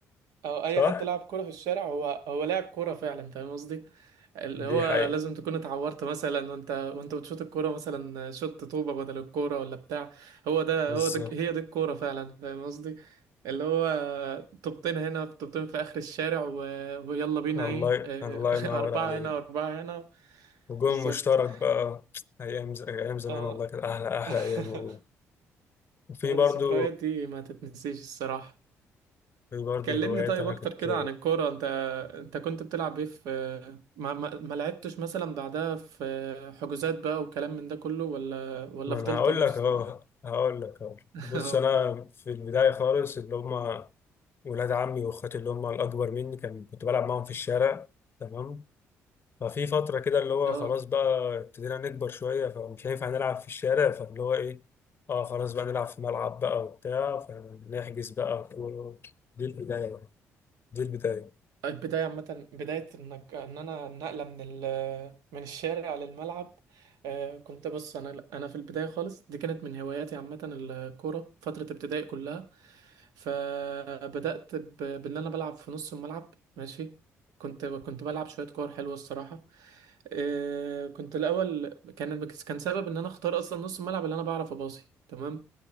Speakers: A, on the right; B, on the left.
A: او اي
B: صح
A: حد لعب كوره في الشارع هو هو لعب كوره فعلا فاهم قصدي اللي
B: دي
A: هو
B: حقيقه
A: لازم تكون اتعورت مثلا وانت وانت بتشوط الكوره مثلا شوت طوبه بدل الكوره ولا بتاع هو ده
B: بالظبط
A: هو ده هي دي الكوره فعلا فاهم قصدي اللي هو طوبتين هنا طوبتين في اخر الشارع و... ويلا بينا
B: الله
A: ايه <laughs> آه،
B: الله ينور
A: اربعه
B: عليك
A: هنا واربعه هنا
B: وجون
A: بالظبط
B: مشترك بقى أيام ز... أيام زمان
A: اه
B: والله كانت أحلى أحلى
A: <laughs>
B: أيام والله وفي
A: هذه
B: برضو
A: الذكريات دي ما تتنسيش الصراحه
B: في برضو
A: كلمني
B: هوايات
A: طيب
B: أنا
A: اكتر
B: كنت
A: كده عن الكوره انت انت كنت بتلعب ايه في ما ما, ما لعبتش مثلا بعدها في حجوزات بقى وكلام من ده كله ولا ولا
B: ما
A: فضلت
B: أنا هقول
A: مست...
B: لك أهو هقول لك أهو
A: <laughs>
B: بص أنا في البداية خالص اللي هما ولاد عمي وأخواتي اللي هما الأكبر مني كان كنت بلعب معاهم في الشارع تمام ففي فترة كده اللي هو
A: اه
B: خلاص بقى ابتدينا نكبر شوية فمش هينفع نلعب في الشارع فاللي هو إيه اه خلاص بقى نلعب في ملعب بقى وبتاع فنحجز بقى و- دي البداية بقى دي البداية
A: البداية عامة بداية انك ان انا النقلة من ال من الشارع للملعب آه، كنت بص انا انا في البداية خالص دي كانت من هواياتي عامة الكورة فترة ابتدائي كلها فبدأت ب- بان انا بلعب في نص الملعب ماشي كنت كنت بلعب شوية كور حلوة الصراحة آه، كنت الاول كان كان سبب ان انا اختار اصلا نص الملعب اللي انا بعرف اباصي تمام